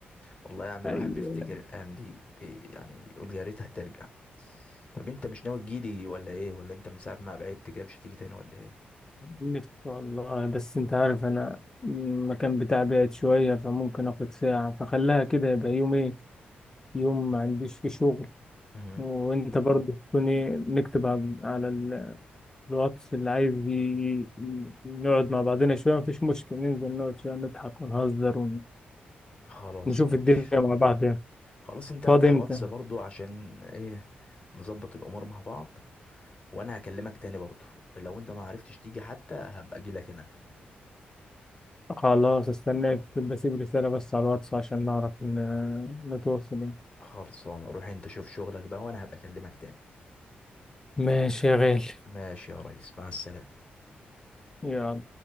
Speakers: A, on the left; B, on the left.
A: والله يا عم
B: ايوه
A: الواحد بيفتكر الايام دي بي- يعني يقول يا ريتها ترجع طب انت مش ناوي تجيلي ولا ايه ولا انت من ساعه ما بعدت كده مش هتيجي تاني ولا ايه
B: نفسي والله بس انت عارف انا المكان بتاعي بعيد شوية فممكن اخد ساعة فخليها كده يبقى يوم ايه يوم ما عنديش فيه شغل
A: امم
B: وانت برضه تكون ايه نكتب على على ال- الواتس اللي عايز ي- ي- نقعد مع بعضنا شوية مفيش مشكلة ننزل نقعد شوية نضحك ونهزر
A: خلاص
B: ونشوف
A: ماشي
B: الدنيا مع بعض يعني
A: خلاص انت افتح
B: فاضي امتى؟
A: واتس برضو عشان ايه نظبط الامور مع بعض وانا هكلمك تاني برضو لو انت ما عرفتش تيجي حتى هبقى اجي لك هنا
B: خلاص استناك بسيب رسالة بس على الواتس عشان نعرف ن- نتواصل يعني
A: خلصان روح انت شوف شغلك بقى وانا هبقى اكلمك تاني
B: ماشي يا غالي
A: ماشي يا ريس مع السلامة
B: يلا